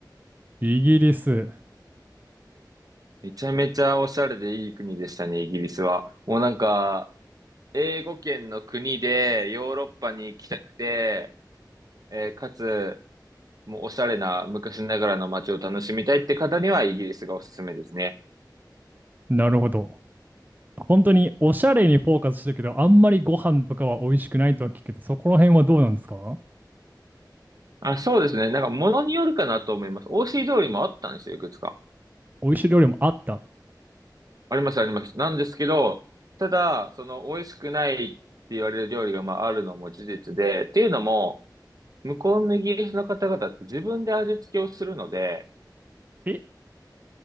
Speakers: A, on the right (about 25°); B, on the right (about 55°).
A: イギリス。
B: めちゃめちゃおしゃれでいい国でしたね、イギリスは。もうなんか、英語圏の国でヨーロッパに行きたくて、えーかつ、もうおしゃれな昔ながらの街を楽しみたいって方にはイギリスがおすすめですね。
A: なるほど。本当におしゃれにフォーカスしてるけど、あんまりご飯とかは美味しくないとは聞くけど、そこら辺はどうなんですか
B: あ、そうですね。なんか、ものによるかなと思います。しい料理もあったんですよ、いくつか。
A: 美味しい料理もあった。
B: あります、あります。なんですけど、ただ、その、美味しくないって言われる料理が、まあ、あるのも事実で、っていうのも、向こうのイギリスの方々って自分で味付けをするので、
A: え、